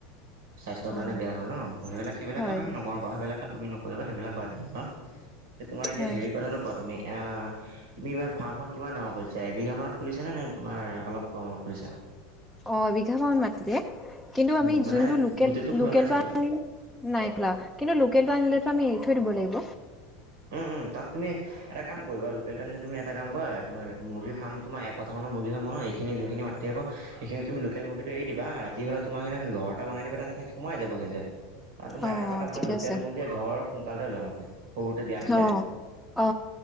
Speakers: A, on the right; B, in the centre.
A: স্বাস্থ্যৰ
B: অ
A: কাৰণে বেয়া হয় ন'? সেইবিলাক- সেইবিলাক
B: হয়
A: কাম আমি নকৰোঁ বাৰু, সেইবিলাক‌ কাম তুমি নকৰিবা সেইবিলাক বাদ দিম ন'? তোমাৰ এতিয়া
B: হয়
A: হেৰিৰ কথাটো কোৱা তুমি অ' তুমি এইবাৰ ফাৰ্মখন কিমান ডাঙৰ খুলিছা, এবিঘা মানত খুলিছা নে-নে তোমাৰ অলপ কমত খুলিছা?
B: অ' এবিঘা মান মাটিতে, কিন্তু
A: উম,
B: আমি
A: মানে
B: যোনটো লোকেল
A: গোটেইটো খোলা
B: লোকলটো
A: নাই চাগৈ?
B: আনিম নাই খোলা। কিন্তু লোকেলটো আনিলটো আমি এৰি থৈ দিব লাগিব?
A: উম-উম, তাত তুমি এটা কাম কৰিবা লোকেলটো আনিলে তুমি এটা কাম কৰা তোমাৰ মুৰ্গীৰ ফাৰ্ম তোমাৰ এককঠা মানৰ মুৰ্গীৰ ফাৰ্ম বনোৱা, এইখিনি যোনখিনি মাটি থাকিব এইখিনিত তুমি লোকেল মুৰ্গীটো এৰি দিবা ৰাতি হ'লে তোমাৰ ঘৰ এটা বনাই দিবা তাতে তাইক সোমাই যাব এইখিনতে‌ কাৰণ তোমাৰ
B: অ
A: এটা কথা ভাল
B: ঠিকে
A: লোকেল
B: আছে
A: মুৰ্গীয়ে ঘৰ সোনকালে ওলায় মানে। যদি আনিলে
B: অ অ